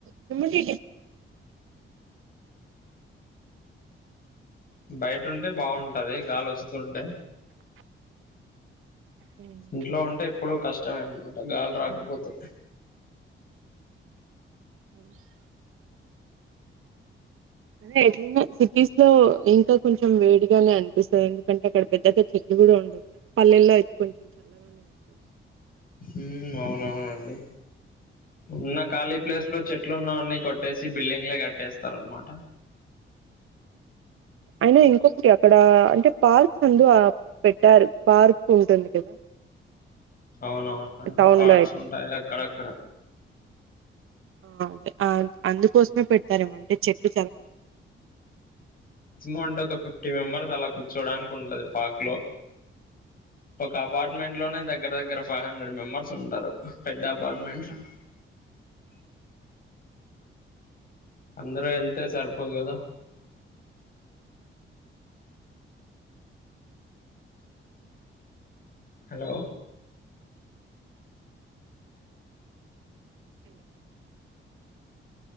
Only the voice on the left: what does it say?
బయటంటే బాగుంటది గాలి వస్తుంటే
ఇంట్లో ఉంటే ఎప్పుడు కష్టమే అనమాట గాలి రాకపోతే
<inaudible>
ఉం అవునవునండి ఉన్న ఖాళీ ప్లేస్ లో చెట్లు ఉన్నవన్నీ కొట్టేసి బిల్డింగ్లే కట్టేస్తారు అనమాట
అవునవునండి
పార్ట్స్
ఉంటాయి అక్కడక్కడ
మజమో అంటే ఒక ఫిఫ్టీ మెంబర్స్ అలా కూర్చోడానికి ఉంటుంది పాక్ లో ఒక అపార్ట్మెంట్ లోనే దగ్గర దగ్గర ఫైవ్ హండ్రెడ్ మెంబర్స్ ఉంటారు పెద్ద అపార్ట్మెంట్ లో <unintelligible> అందరు వెళ్తే సరిపోదు కదా హలో